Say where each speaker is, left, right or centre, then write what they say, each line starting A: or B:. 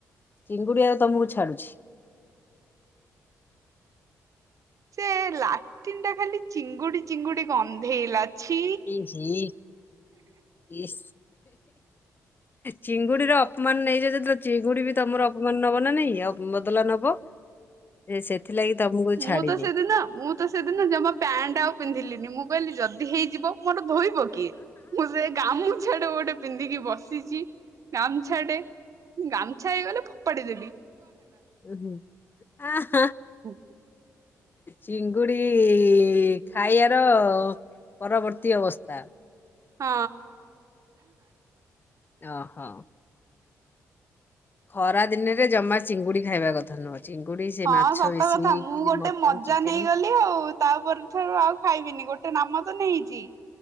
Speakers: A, on the left; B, on the right.
A: ଚିଙ୍ଗୁଡି ଆଉ <inaudible>
B: ସେ ଲାଟିନ୍ ଟା ଖାଲି ଚିଙ୍ଗୁଡି ଚିଙ୍ଗୁଡି ଗନ୍ଧେଇଲାଛି।
A: ଛି ଛି ଇସ୍ ଚିଙ୍ଗୁଡିର ଅପମାନ ନେଇଚ ଯେତେବେଳେ ଚିଙ୍ଗୁଡି ବି ତମର ଅପମାନ ନବ ନା ନାଇଁ ବଦଲା ନବ ସେ ସେଥିଲାଗି ତମକୁ
B: ମୁଁ
A: ଛାଡିନି।
B: ତ ସେଦିନ ମୁଁ ତ ସେଦିନ ଜମା ପ୍ୟାଣ୍ଟ ଆଉ ପିନ୍ଧିଲିନି ମୁଁ କହିଲି ଯଦି ହେଇଯିବ। ମୋର ଧୋଇବ କିଏ ମୁଁ ସେ ଗାମୁକ ଆଡେ ଗୋଟେ ପିନ୍ଧିକି ବସିଛି। ଗାମଛାଡେ ଗାମ ଛା ହେଇଗଲେ ଫୋପାଡ଼ିଦେବି।
A: <unintelligible>
B: ହୁଁ।
A: ଚିଙ୍ଗୁଡ଼ି ଇ ଖାଇବାର ପରବର୍ତ୍ତୀ ଅବସ୍ତା
B: ହଁ।
A: ଅ ହ। ଖରା ଦିନେରେ ଜମା ଚିଙ୍ଗୁଡି ଖାଇବା କଥା ନୁହଁ। ଚିଙ୍ଗୁଡି ସେ
B: ହଁ
A: ମାଛ
B: ସତ
A: ବେଶୀ
B: କଥା ମୁଁ
A: କି
B: ଗୋଟେ
A: ମଟନ
B: ମଜା
A: ଚିକେନ
B: ନେଇଗଲି ଆଉ ତାପରେ ଠାରୁ ଆଉ ଖାଇବିନି ଗୋଟେ ନାମ ତ ନେଇଚି।